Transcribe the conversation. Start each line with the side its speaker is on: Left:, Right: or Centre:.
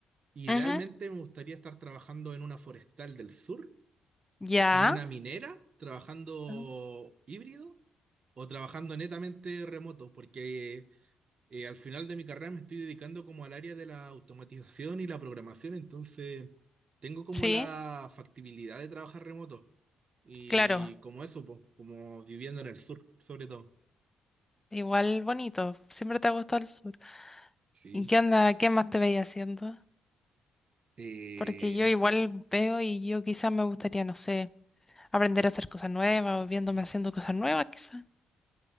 Right: Idealmente
Left: ujú,
Right: me gustaría estar trabajando en una forestal del sur,
Left: ya,
Right: en una minera, trabajando
Left: Ah.
Right: híbrido o trabajando netamente remoto, porque eh, al final de mi carrera me estoy dedicando como al área de la automatización y la programación, entonces tengo como
Left: sí,
Right: la factibilidad de trabajar remoto y
Left: claro,
Right: como eso, pues, como viviendo en el sur, sobre todo.
Left: igual bonito, siempre te ha gustado el sur.
Right: Sí.
Left: ¿Y qué onda, qué más te veía haciendo?
Right: Eh,
Left: Porque yo igual veo y yo quizás me gustaría, no sé, aprender a hacer cosas nuevas o viéndome haciendo cosas nuevas quizás.